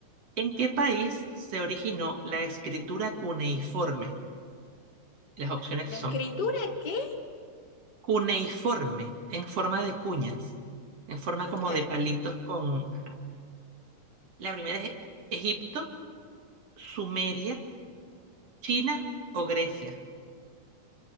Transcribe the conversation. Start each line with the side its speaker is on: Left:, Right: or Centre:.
Right: ¿En qué país se originó la escritura cuneiforme? Las opciones
Left: ¿La
Right: son
Left: escritura qué?
Right: cuneiforme, en forma de cuñas, en forma
Left: Ok.
Right: como de palitos con... ajá. La primera es Egipto, Sumeria, China o Grecia.